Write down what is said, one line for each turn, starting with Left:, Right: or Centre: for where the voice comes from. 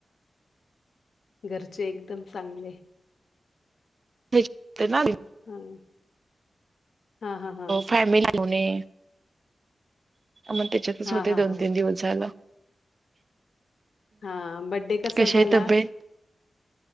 Left: घरचे एकदम चांगले.
Right: <inaudible>
Left: <inaudible> हा
Right: फॅमिली म्हणे मग त्याच्यातच
Left: हा
Right: होते
Left: हा
Right: दोन
Left: हा
Right: तीन दिवस झाल
Left: हा बड्डे कसा
Right: कशी
Left: झाला
Right: आहे तब्येत?